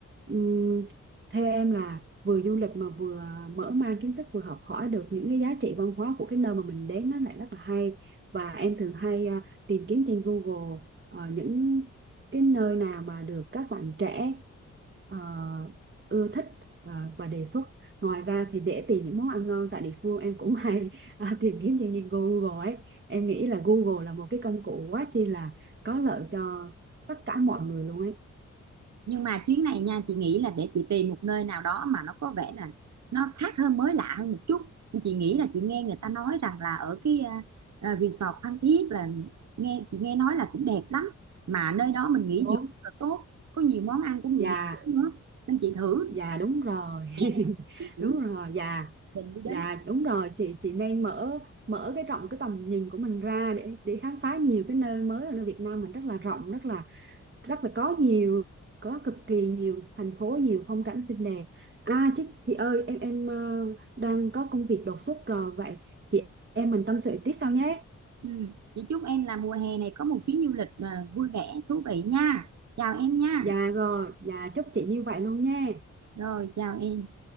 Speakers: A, on the right; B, on the right.
A: ừm, theo em là vừa du lịch mà vừa mở mang kiến thức vừa học hỏi được những cái giá trị văn hóa của cái nơi mà mình đến nó lại rất là hay và em thường hay à, tìm kiếm trên Google ờ, những cái nơi nào mà được các bạn trẻ ờ, ưa thích và, và đề xuất ngoài ra thì để tìm những món ăn ngon tại địa phương em cũng hay à, tìm kiếm trên Google ấy em nghĩ là Google là một cái công cụ quá chi là có lợi cho tất cả mọi người luôn ấy
B: nhưng mà chuyến này nha chị nghĩ là để chị tìm một nơi nào đó mà nó có vẻ là nó khác hơn mới lạ hơn một chút Nên chị nghĩ là chị nghe người ta nói rằng là ở cái à, à, resort Phan Thiết là nghe chị nghe nói là cũng đẹp lắm mà nơi đó mình nghỉ
A: đúng
B: dưỡng rất là tốt có nhiều món ăn của người
A: dạ
B: miền Trung nữa nên chị thử
A: dạ đúng rồi
B: nè,
A: <laughs>
B: chị thử
A: đúng rồi dạ
B: mình đi
A: dạ
B: đến
A: đúng rồi chị chị nên mở mở cái rộng cái tầm nhìn của mình ra để để khám phá nhiều cái nơi mới ở nơi Việt Nam mình rất là rộng rất là rất là có nhiều có cực kỳ nhiều thành phố nhiều phong cảnh xinh đẹp à chị chị ơi em em ờ, đang có công việc đột xuất rồi vậy chị em mình tâm sự tiếp sau nhé
B: ừ. chị chúc em là mùa hè này có một chuyến du lịch à, vui vẻ thú vị nha chào em nha
A: Dạ rồi, dạ chúc chị như vậy luôn nha.
B: Rồi, chào em.